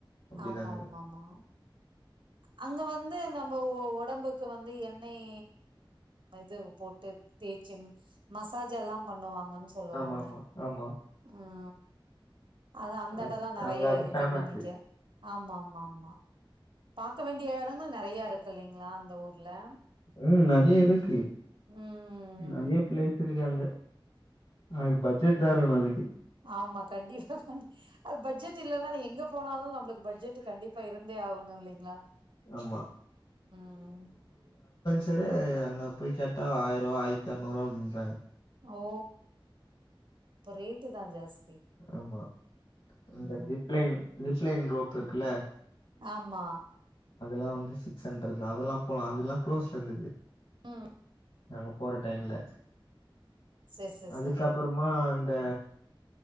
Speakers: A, on the left; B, on the right.
A: அப்டிதா
B: ஆமா
A: இருந்தது
B: ஆமா ஆமா அங்க வந்து நம்ம ஒ ஒடம்புக்கு வந்து எண்ணெய் இது போட்டு தேய்ச்சு மசாஜ்லாம் பண்ணுவாங்க சொல்லுவாங்க
A: ஆமா ஆமா ஆமா
B: உம் அதான் அந்த
A: அ-
B: எடம்ல்லாம் நறயா
A: அங்க அது
B: இருக்குன்னு
A: ஃபேமஸு
B: நெனைக்கற ஆமா ஆமா ஆமா பாக்க வேண்டிய இடங்கள் நெறயா இருக்கு இல்லலைங்களா அந்த ஊர்ல
A: உம் நதயா இருக்கு
B: ம்
A: நறயா பிளேஸ் இருக்கு அங்க ஆஹ் பட்ஜட் தா இருக்கணும் அதுக்கு
B: ஆமா கண்டிப்பா கண்டி ஆ பட்ஜட் இல்லன்னா நா எங்க போனாலும் நம்மளுக்கு பட்ஜட் கண்டிப்பா இருந்தே ஆகணும் இல்லைங்களா
A: ஆமா
B: உம்
A: சரே அங்க போய் கேட்டா ஆயிருவா ஆயிரத்தி அறநூறுவா அப்டின்றாங்க
B: ஓ அப்ப ரேட்டு தான் ஜாஸ்
A: ஆமா இந்த
B: ம்
A: ஜிப்லைன் ஜிப்லைன் ரோப் ப் இருக்குல்ல
B: ஆமா
A: அதுல்லாம் வந்து சிக்ஸ் ஹண்ட்ரட் தான் அதுல்லாம் போலாம் அதுல்லாம் குளோஸ்ல இருந்தது
B: உம்
A: நாங்க போற டைம்ல
B: செரி செரி
A: அதுக்கப்புறமா
B: செரி
A: இந்த